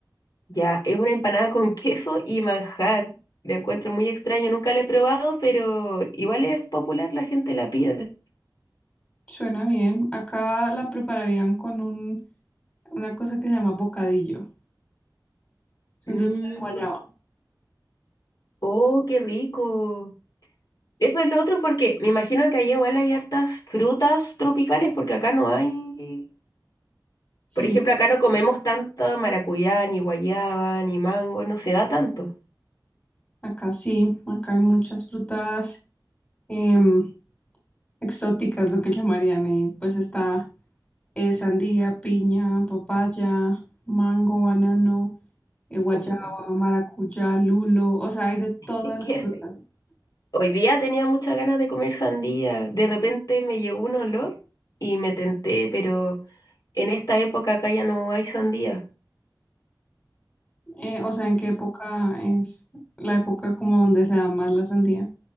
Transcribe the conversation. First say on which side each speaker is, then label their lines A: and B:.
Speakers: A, on the left; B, on the left.
A: Ya, es una empanada con <laughs> queso y manjar. La encuentro muy extraño, nunca la he probado, pero igual es popular, la gente la pide.
B: Suena bien. Acá la prepararían con un, una cosa que se llama bocadillo. Es
A: Mm,
B: un dulce de guayaba.
A: oh, qué rico. Eso es lo otro porque me imagino que allá igual hay hartas frutas tropicales porque acá no hay
B: Sí,
A: Por ejemplo, acá no comemos tanta maracuyá, ni guayaba, ni mango, no se da tanto.
B: acá sí, acá hay muchas frutas em, exóticas, lo que llamarían, y pues está eh, sandía, piña, papaya, mango, banano. eh, guayaba,
A: Uh,
B: maracuyá, lulo, o sea, hay de todas
A: <laughs>
B: las
A: qué
B: frutas.
A: rico. Hoy día tenía muchas ganas de comer sandía. De repente me llegó un olor y me tenté, pero en esta época acá ya no hay sandía.
B: Eh, o sea, ¿en qué época es la época como donde se da más la sandía?